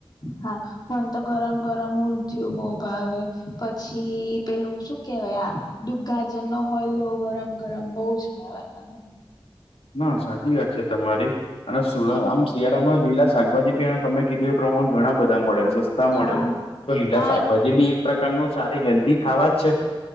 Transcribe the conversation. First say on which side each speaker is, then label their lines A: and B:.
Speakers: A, on the left (about 45°); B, on the left (about 85°).
A: હા. મને તો ગરમ ગરમ ઊંધયું બહ ભાવે, પછી પેલું શું કેવાય આ દુગ્ગા જન્નો હલવો ગરમ ગરમ બહુ જ ભાવે મને.
B: ના સાચી વાત છે તમારી અને સુલ આમ શિયાણામાં લીલા શાકભાજી પી તમે કીધું એ પ્રમાણે ઘણા બધા મળે, સ સ્તા મળે.
A: હા
B: તો લીલા
A: હા
B: શાકભાજી બી એક પ્રકારનું સારી હેલ્ધી ખાવા જ છે.